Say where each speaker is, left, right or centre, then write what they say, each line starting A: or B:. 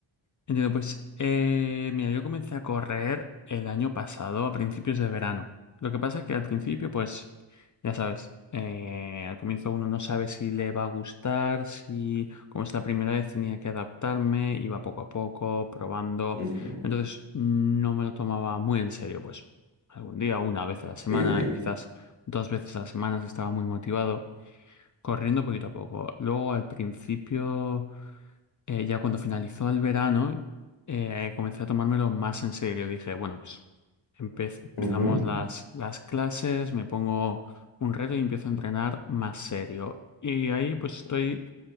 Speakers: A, on the left; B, on the left.
A: Entiendo, pues eh, mira, yo comencé a correr el año pasado a principios de verano. Lo que pasa es que al principio, pues ya sabes, eh, al comienzo uno no sabe si le va a gustar, si como es la primera vez tenía que adaptarme, iba poco a poco, probando.
B: Ujú,
A: Entonces no me lo tomaba muy en serio, pues algún día, una vez a la semana,
B: Sí, sí.
A: quizás dos veces a la semana si estaba muy motivado, corriendo poquito a poco. Luego al principio eh, ya cuando finalizó el verano, eh, comencé a tomármelo más en serio. Dije, bueno, pues empez- empezamos
B: Ujú,
A: las, las clases, me pongo un reto y empiezo a entrenar más serio. Y ahí pues estoy,